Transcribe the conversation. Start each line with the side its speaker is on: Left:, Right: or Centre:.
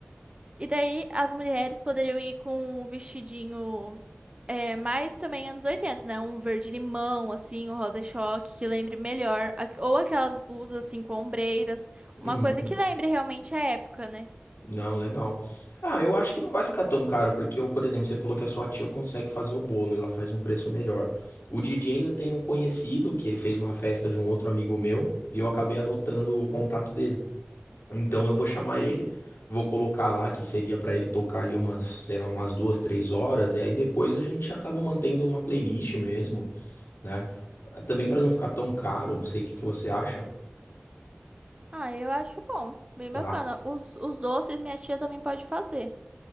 Right: E daí as mulheres poderiam ir com um vestidinho é, mais também anos oitenta né? Um verde limão, assim, um rosa choque, que lembre melhor. A- Ou aquelas blusas, assim, com ombreiras.
Left: Uhum.
Right: Uma coisa que lembre realmente a época, né?
Left: Não, legal. Ah, eu acho que não vai ficar tão caro, porque eu, por exemplo, você falou que a sua tia consegue fazer o bolo, ela faz um preço melhor. O DJ eu tenho um conhecido que ele fez uma festa de um outro amigo meu e eu acabei adotando o contato dele. Então eu vou chamar ele, vou colocar lá que seria pra ele tocar ali umas, sei lá, umas duas, três horas, e aí depois a gente acaba mantendo uma playlist mesmo, né? Também pra não ficar tão caro, não sei o que que você acha.
Right: Ah, eu acho bom, bem
Left: tá?
Right: bacana. Os, os doces minha tia também pode fazer.